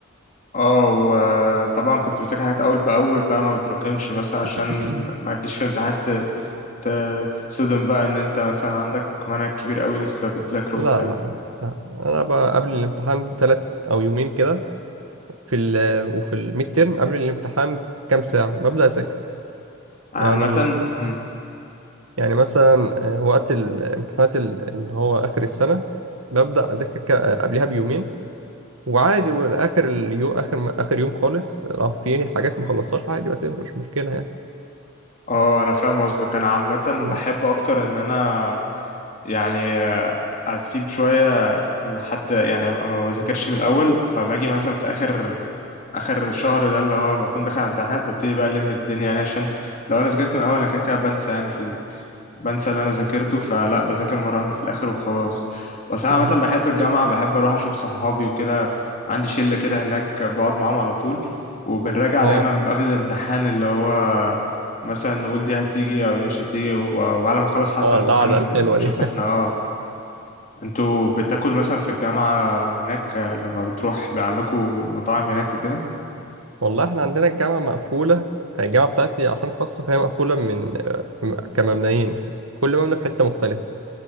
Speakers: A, on the left (about 40°); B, on the right (about 80°).
A: اه وطبعا كنت بذاكر حاجات اول باول بقى ما بتراكمش مثلا عشان
B: <clears throat>
A: ما تجيش في امتحانات ت- ت- تتصدم بقى ان انت مثلا عندك منهج كبير قوي لسه بتذاكره
B: لا
A: وبتاع
B: لا لا لا انا بقى قبل الامتحان بثلاث او يومين كده في ال وفي الميد تيرم قبل الامتحان بكام ساعه ببدا اذاكر
A: أنا
B: يعني
A: عامة مم.
B: يعني مثلا آه، وقت الامتحانات ال- اللي هو اخر السنه ببدا اذاكر ك- آه، قبلها بيومين وعادي واخر اليوم اخر م- اخر يوم خالص لو في حاجات ما خلصتهاش عادي بسيبها مش مشكله يعني
A: اه انا فاهم قصدك انا عامة
B: امم
A: بحب اكتر ان انا يعني آه، اسيب شوية لحد يعني ما بذاكرش من الاول فباجي مثلا في اخر اخر شهر ده اللي هو بكون داخل على امتحانات ببتدي بقى الم الدنيا يعني عشان لو انا ذاكرت من الاول انا كده كده بنسى يعني في بنسى اللي انا ذاكرته فلا بذاكر مره واحده في الاخر وخلاص بس انا
B: امم
A: عامه بحب الجامعه بحب اروح اشوف صحابي وكده عندي شله كده هناك بقعد معاهم على طول وبنراجع
B: اه
A: دايما قبل الامتحان اللي هو مثلا نقول دي هتيجي او دي مش هتيجي و- وبعد ما نخلص حتى
B: اه
A: امتحان
B: القعده الحلوه
A: نشوف
B: دي
A: احنا اه انتوا بتاكل مثلا في الجامعه هناك لما بتروح بيبقى عندكم مطاعم هناك وكده
B: والله احنا عندنا الجامعة مقفولة آه، الجامعة بتاعتي عشان خاصة فهي مقفولة من آه، في كمبنيين كل مبنى في حتة مختلفة